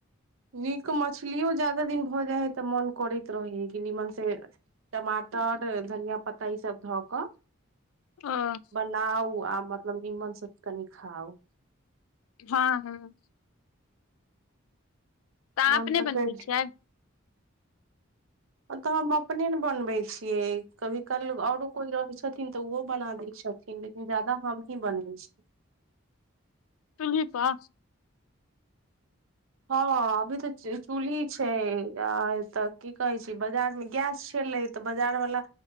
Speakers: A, on the right; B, on the left.
A: नीक मछलियो ज्यादा दिन भऽ जाइ है तऽ मोन करैत रहै है कि निमन से टमाटर धनिया पत्ता ई सब धऽ कऽ
B: ह
A: लाउ आ मतलब नीमन सऽ कनि खाउ
B: हँ हँ अहाँ
A: मन
B: अपने
A: तऽ कैर
B: बनबै छियै
A: तऽ हम अपने न बनबै छियै कभी काल आओरो कोई रहै छथिन तऽ उहो बना दै छथिन जादा हमही बनबै छी
B: चुल्ही पऽ
A: हँ अभी तऽ चूल्ही छै आ तऽ की कहे छै बाजार मे गैस छेलै तऽ बजार वला